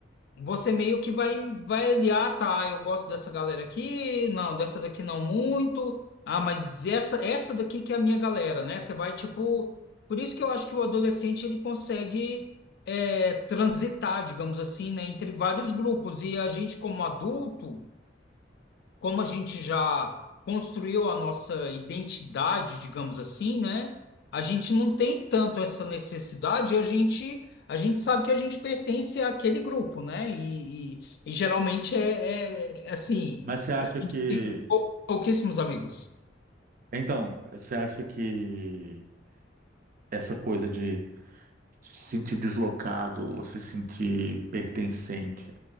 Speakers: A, on the left; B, on the right.
A: você meio que vai, vai aliar, tá? Eu gosto dessa galera aqui, não, dessa daqui não muito. Ah, mas essa, essa daqui que é a minha galera, né? Você vai tipo. Por isso que eu acho que o adolescente ele consegue é, transitar, digamos assim, né, entre vários grupos. E a gente, como adulto, como a gente já construiu a nossa identidade, digamos assim, né? A gente não tem tanto essa necessidade, a gente, a gente sabe que a gente pertence àquele grupo, né? E, e- e geralmente é, é é assim,
B: Mas você acha
A: a gente
B: que.
A: tem pou- pouquíssimos amigos.
B: Então, você acha que essa coisa de se sentir deslocado ou se sentir pertencente,